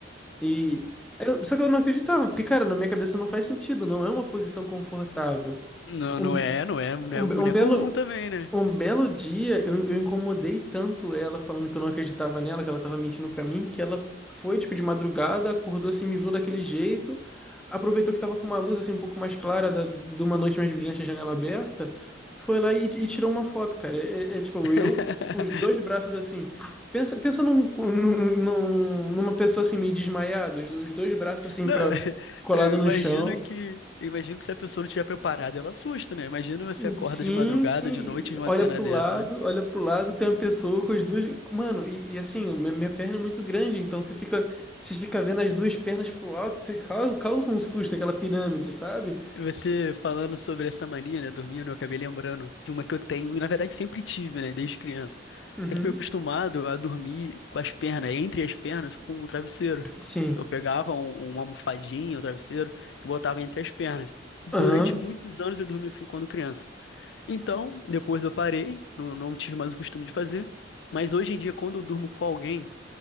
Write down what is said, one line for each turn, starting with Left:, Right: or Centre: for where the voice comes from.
Centre: E eu- só que eu não acreditava, porque cara, na minha cabeça não faz sentido, não é uma posição confortável.
Left: Não,
Centre: Um,
Left: não é, não é, não
Centre: um,
Left: é,
Centre: be-
Left: não
Centre: um
Left: é
Centre: belo
Left: comum também, né?
Centre: um belo dia eu, eu incomodei tanto ela falando que eu não acreditava nela, que ela tava mentindo pra mim, que ela foi tipo de madrugada, acordou assim, me viu daquele jeito, aproveitou que tava com uma luz assim um pouco mais clara da- de uma noite mais brilhante, a janela aberta, foi lá e, e tirou uma foto, cara. É, é- é, tipo
Left: <laughs>
Centre: eu com os dois braços assim. Pensa, pensa num, num- num- numa pessoa assim meio desmaiada, os, os dois braços assim
Left: Não,
Centre: para colado
Left: eu
Centre: no
Left: imagino
Centre: chão.
Left: que, eu imagino que se a pessoa não estiver preparada, ela assusta, né? Imagina você acorda
Centre: Sim,
Left: de madrugada,
Centre: sim.
Left: de noite, e vê uma
Centre: Olha
Left: cena
Centre: pro
Left: dessa,
Centre: lado,
Left: né?
Centre: olha pro lado, tem uma pessoa com as duas. Mano, e, e assim, minha, minha perna é muito grande, então você fica, você fica vendo as duas pernas pro alto, você causa, causa um susto, aquela pirâmide, sabe?
Left: Você falando sobre essa mania, né, dormindo, eu acabei lembrando de uma que eu tenho, e na verdade sempre tive, né, desde criança.
Centre: Uhum.
Left: Eu fui acostumado a dormir com as pernas, entre as pernas, com o travesseiro.
Centre: Sim.
Left: Eu pegava um, uma almofadinha, o travesseiro, e botava entre as pernas. Durante
Centre: Aham.
Left: muitos anos eu dormi assim quando criança. Então, depois eu parei, não, não tive mais o costume de fazer, mas hoje em dia, quando eu durmo com alguém,